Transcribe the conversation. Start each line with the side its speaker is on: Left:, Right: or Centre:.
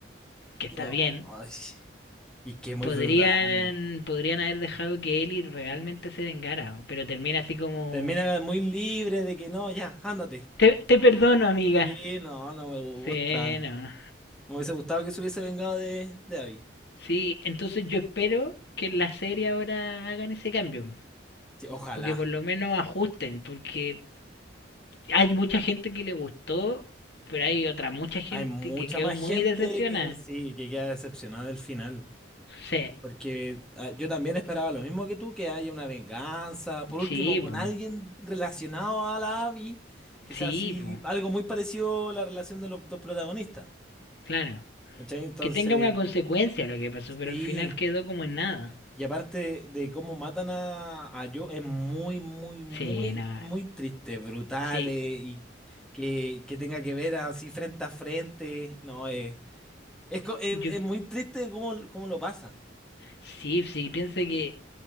Left: que está
Centre: No,
Left: bien,
Centre: ay, y que es muy
Left: podrían,
Centre: brutal.
Left: podrían haber dejado que Ellie realmente se vengara, pero termina así como...
Centre: Termina muy libre de que no, ya, ándate.
Left: Te, te perdono, amiga.
Centre: Sí, no, no me gusta.
Left: Sí, no, no.
Centre: Me hubiese gustado que se hubiese vengado de, de Abby.
Left: Sí, entonces yo espero que en la serie ahora hagan ese cambio,
Centre: Sí, ojalá.
Left: o que por lo menos ajusten, porque hay mucha gente que le gustó, pero hay otra mucha gente
Centre: Hay mucha
Left: que quedó
Centre: más
Left: muy
Centre: gente
Left: decepcionada.
Centre: que sí, que queda decepcionada del final.
Left: Sí,
Centre: Porque ah, yo también esperaba lo mismo que tú, que haya una venganza, por
Left: sí,
Centre: último, con
Left: po,
Centre: alguien relacionado a la Abby, que
Left: sí,
Centre: sea así,
Left: po,
Centre: algo muy parecido a la relación de los dos protagonistas.
Left: claro.
Centre: ¿Cachai? Entonces,
Left: Que tenga una consecuencia lo que pasó, pero
Centre: sí.
Left: al final quedó como en nada.
Centre: Y aparte de cómo matan a, a Joe, es muy, muy, muy,
Left: Sí, nada,
Centre: muy triste, brutal,
Left: sí.
Centre: eh, y que, que tenga que ver así frente a frente. No, eh, es, co- es,
Left: Yo
Centre: es muy triste cómo, cómo lo pasa.
Left: Sí, sí, piensa que.